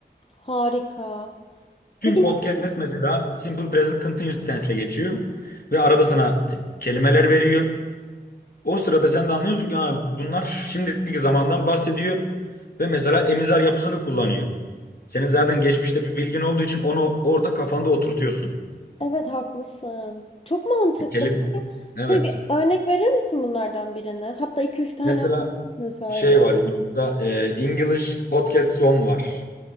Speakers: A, on the left; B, on the left.
A: Harika.
B: Tüm
A: Peki
B: podcast
A: ne?
B: mesela Simple Present Continuous Tense'le geçiyor. Ve arada sana e, kelimeler veriyor. O sırada sen de anlıyorsun ki ha, bunlar şimdiki zamandan bahsediyor. Ve mesela emizar yapısını kullanıyor. Senin zaten geçmişte bir bilgin olduğu için onu orada kafanda oturtuyorsun.
A: Evet haklısın. Çok mantıklı.
B: E, kelim
A: Peki
B: evet.
A: şey bir örnek verir misin bunlardan birine? Hatta iki üç tane
B: Mesela
A: örnek söyle.
B: şey var YouTube'da e, English Podcast Zone var.